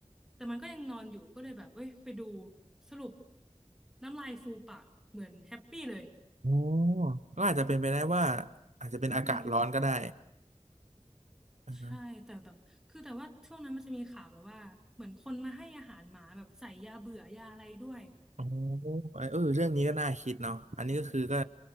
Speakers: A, in the centre; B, on the right.
A: แต่มันก็ยังนอนอยู่ก็เลยแบบเอ้ยไปดูสรุปน้ำลายฟูปากเหมือนแฮปปี้เลย
B: อ๋อก็อาจจะเป็นไปได้ว่าอาจจะเป็นอากาศร้อนก็ได้
A: มัน
B: อ่าฮะ
A: ใช่แต่แบบคือแต่ว่าช่วงนั้นมันจะมีข่าวแบบว่าเหมือนคนมาให้อาหารหมาแบบใส่ยาเบื่อยาอะไรด้วย
B: อ๋อเออเรื่องนี้ก็น่าคิดเนาะอันนี้ก็คือก็
A: โอ้แต่